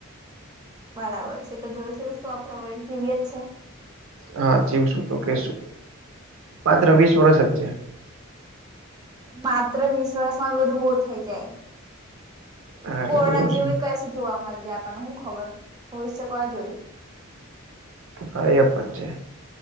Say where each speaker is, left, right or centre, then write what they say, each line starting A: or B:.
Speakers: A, on the right; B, on the right.
A: બરાબર છે, તો જોઈશે શું આપડે વળી જીવીય જ છે.
B: હા જીવ શું તો કેશું માત્ર વીસ વર્ષ જ છે.
A: માત્ર વીસ વર્ષમાં એ બધું બહુ થઈ જાય
B: હા એટલે
A: કોરોના
B: જોશું
A: જેવું કશું જોવા મળી જાય આપણને શું ખબર ભવિષ્ય કોઈ જોયું
B: હા એ પણ છે.